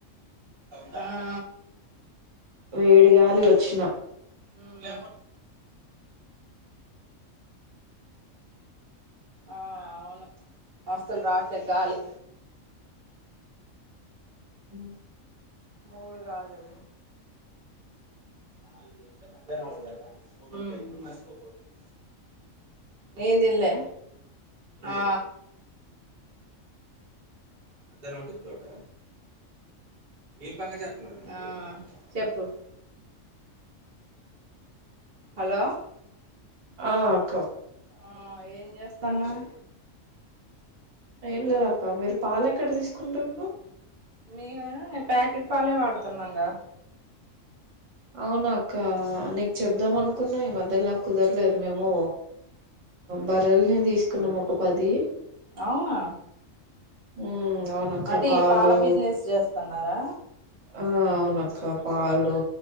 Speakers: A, on the right; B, on the right.
A: ఆ
B: వేడిగాలి వచ్చిన
A: ఉమ్ ఆ అవును అసలు రాట్లే గాలి
B: ఉ
A: ముడుగాదాది ఆ నేన్ తిన్లే ఆ మద్యానం ఒకటి ఇప్పుడుోట ఏ ప చేస్తున్నా చెప్పు హలో
B: ఆక
A: ఆ ఏం చేస్తాన్నావ్
B: ఏం లేదక్క మీరు పాలు ఎక్కడ తీస్కుంటరు
A: మేమ ప్యాకెట్ పాలే వాడుతున్నాంగా
B: అవ్నాక నీకు చేబ్దం అనుకున్నా ఈ మధ్య కుదర్లేదు మేము బర్రల్ని తీస్కున్నాము ఒక పది
A: అవునా
B: ఉమ్ అవునక్క
A: అంటే
B: పాలు
A: ఈ పాల బిజినెస్ చేస్తున్నారా
B: ఆ అవునక్క పాలు